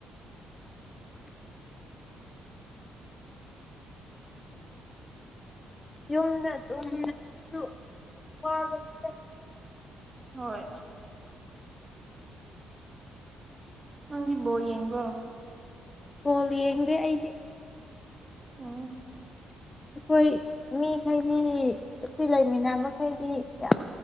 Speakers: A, on the left; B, on the right.
A: ꯌꯨꯝꯗ ꯗꯨꯝ ꯁꯨ ꯋꯥꯕꯅꯤꯗ
B: ꯍꯣꯏ ꯅꯪꯗꯤ ꯕꯣꯜ ꯌꯦꯡꯕ꯭ꯔꯣ
A: ꯕꯣꯜ ꯌꯦꯡꯗꯦ ꯑꯩꯗꯤ
B: ꯑꯝ
A: ꯑꯩꯈꯣꯏ ꯃꯤꯈꯩꯗꯤ ꯁꯤ ꯂꯩꯃꯤꯟꯅꯕꯈꯩꯗꯤ ꯌꯥꯝ